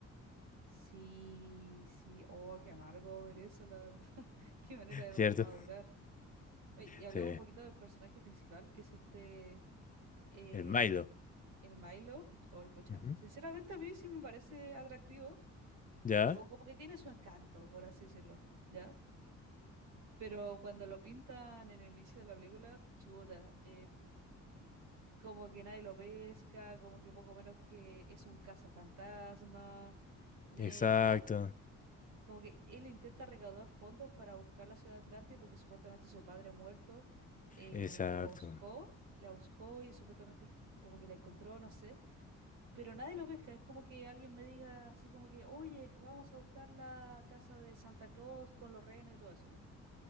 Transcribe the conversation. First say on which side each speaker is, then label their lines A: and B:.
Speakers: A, on the right; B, on the left.
A: sí, sí, oh, qué amargo ver eso, la verdad. <laughs> Qué manera de
B: ¿cierto?
A: madurar. Oye, y hablemos
B: Sí,
A: un poquito del personaje principal, que es este... eh,
B: el Milo.
A: el Milo, hoy pucha,
B: Ujú.
A: sinceramente a mí sí me parece atractivo,
B: ¿Ya?
A: Tengo como que tiene su encanto, por así decirlo, ¿ya? Pero cuando lo pintan en el inicio de la película, chuta, eh, como que nadie lo pesca, como que poco menos que es un cazafantasma, eh,
B: Exacto,
A: na- como que él intenta recaudar fondos para buscar la ciudad de Atlantia porque supuestamente su padre muerto eh,
B: exacto.
A: la buscó, la buscó y supuestamente como que la encontró, no sé pero nadie lo pesca. Es como que alguien me diga así como que, oye, vamos a buscar la casa de Santa Claus con los renos y todo eso. po.